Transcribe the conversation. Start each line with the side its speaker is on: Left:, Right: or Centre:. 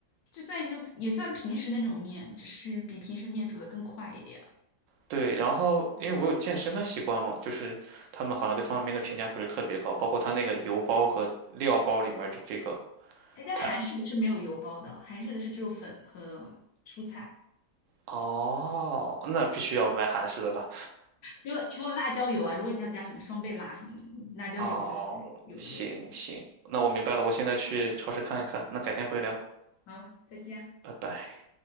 Left: 就算就也算平时那种面，只是比平时面煮的更快一点。
Right: 对，然后因为我有健身的习惯嘛，就是他们好像对方便面的评价不是特别高，包括他那个油包和料包里面的这个
Left: 哎，但是韩式的是没有油包的，
Right: 碳。
Left: 韩式的是只有粉和蔬菜。
Right: 哦，那必须要买韩式的吧？
Left: 对，除了除了辣椒油啊，如果你要加什么双倍辣什么的，嗯辣椒油就是有油。
Right: 哦，行行，那我明白了，我现在去超市看一看，那改天回聊，
Left: 啊。再见啊。
Right: 拜拜。